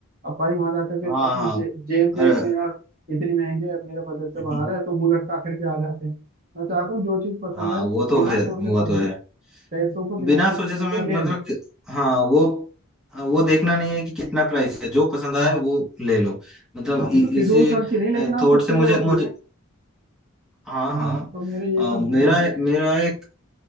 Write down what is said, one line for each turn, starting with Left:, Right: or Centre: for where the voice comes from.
Right: अब भाई वहां जाकर के
Centre: हाँ
Right: अपनी
Centre: हाँ
Right: जे, जेब देख
Centre: अरे
Right: रहे हैं यार इतनी महंगी है मेरा बजट से
Centre: <laughs>
Right: बाहर है तो मुंह लटका करके आ जाते हैं मैं चाहता हूँ जो चीज पसंद
Centre: हाँ
Right: आए उसको
Centre: वो तो
Right: बिना
Centre: है
Right: सोचे
Centre: वो
Right: समझे
Centre: तो है
Right: पैसों को बिना
Centre: बिना
Right: सोचे
Centre: सोचे
Right: समझे
Centre: समय मतलब
Right: ले लो
Centre: कि- हाँ वो वो देखना नहीं है कि कितना प्राइस है जो पसंद आए
Right: हाँ
Centre: वो ले लो मतलब
Right: हाँ मतलब
Centre: इ,
Right: फिजूल
Centre: इसी
Right: खर्ची नहीं लेकिन हाँ
Centre: थॉट
Right: कुछ
Centre: से
Right: चीजें
Centre: मुझे
Right: होती
Centre: मुझे
Right: है
Centre: हाँ
Right: हाँ
Centre: हाँ
Right: तो मेरे ये सब
Centre: अ,
Right: गोल
Centre: मेरा
Right: है
Centre: मेरा एक